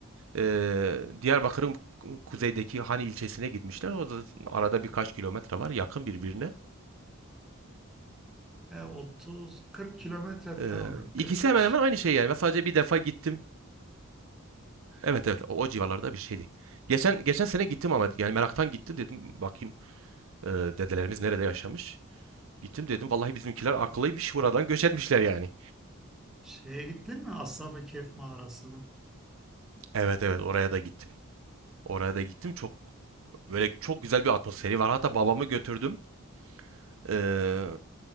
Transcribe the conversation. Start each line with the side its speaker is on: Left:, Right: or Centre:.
Right: Ee, Diyarbakır'ın kuzeydeki Hani ilçesine gitmişler. O da arada birkaç kilometre var yakın birbirine.
Centre: E, 30-40 kilometre falan
Right: Ee,
Centre: var.
Right: ikisi
Centre: 45.
Right: hemen hemen aynı şey yani. Ben sadece bir defa gittim. Evet evet o, o civarlarda bir şeydi. Geçen geçen sene gittim ama yani meraktan gittim dedim bakayım e, dedelerimiz nerede yaşamış. Gittim dedim vallahi bizimkiler akıllıymış buradan göç etmişler yani.
Centre: Şeye gittin mi? Ashab-ı Kehf mağarasına.
Right: Evet evet oraya da gittim. Oraya da gittim çok böyle çok güzel bir atmosferi var. Hatta babamı götürdüm. Ee,